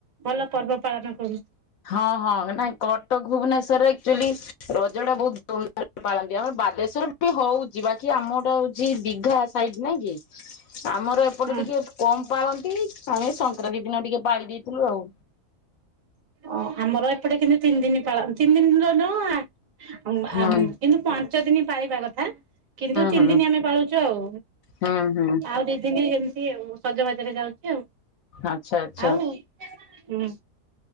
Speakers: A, on the right (about 60°); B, on the left (about 65°).
A: ଭଲ ପର୍ବ ପାଳନ କରୁ।
B: ହଁ ହଁ ନାଇ କଟକ ଭୁବନେଶ୍ୱରରେ ଆକଚ୍ୟେଲି ରଜ ଟା ବହୁତ ଧୁମଧାମରେ ପାଳନ୍ତି ଆମର ବାଲେଶ୍ୱର ବି ହଉ ଯିବା କି ଆମର ଟା ହଉଛି ଦିଘା ସାଇଡ ନାଇଁ କି। ଆମର ଏପଟେ
A: ହଁ
B: ଟିକେ କମ୍ ପାଳନ୍ତି। ଆମେ ସଂକ୍ରାନ୍ତି ଦିନ ଟିକେ ପାଳି ଦେଇଥିଲୁ ଆଉ
A: ହଁ। ଆମର ଏପଟେ କିନ୍ତୁ ତିନି ଦିନ ପାଳନ୍ତି। ତିନ ଦିନର କିନ୍ତୁ
B: ହୁଁ ହୁଁ
A: ପାଞ୍ଚ ଦିନ ପାଳିବା କଥା କିନ୍ତୁ ତିନି
B: ହୁଁ।
A: ଦିନ ଆମେ ପାଳୁଛୁ ଆଉ,
B: ହୁଁ ହୁଁ
A: ଆଉ ଦି ଦିନି ତି ଆଉ ସଜବାଜରେ ଯାଉଛି ଆଉ।
B: ଆଚ୍ଛା ଆଚ୍ଛା।
A: ଆଉ ହୁଁ।